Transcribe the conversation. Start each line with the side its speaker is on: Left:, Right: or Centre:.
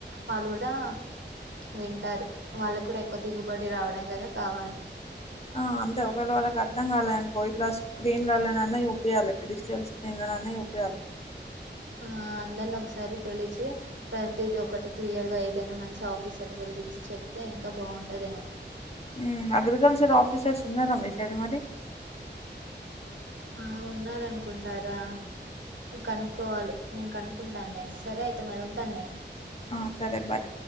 Right: వాళ్ళు గూడా వింటారు. వాళ్ళక్ కూడా ఎక్కువ దిగుబడి రావడం గదా కావాలి.
Left: ఆ అంతే ఒకవేళ వాళ్ళకి అర్థం కాలేదు అనుకో ఇట్లా స్క్రీన్ లల్లనన్నా చూపియ్యాలె డిజిటల్ స్క్రీన్ల నన్ అన్నీ చూపియ్యాలి
Right: ఆ అందరిని ఒకసారి పిలిచీ ప్రతిదీ ఒకటి క్లియర్ గా ఏదైనా మంచి ఆఫీసర్ నీ పిలి పిచ్చి చెప్తే ఇంకా బాగుంటదేమో.
Left: ఊ అగ్రికల్చర్ ఆఫీసర్స్ ఉన్నారా మీ సైడ్ మరి.
Right: ఆ ఉన్నారనుకుంటారా. కనుక్కోవాలి. నేను కనుక్కుంటానులే సరే అయితే మరి ఉంటాను నేన్.
Left: ఆ సరే బాయ్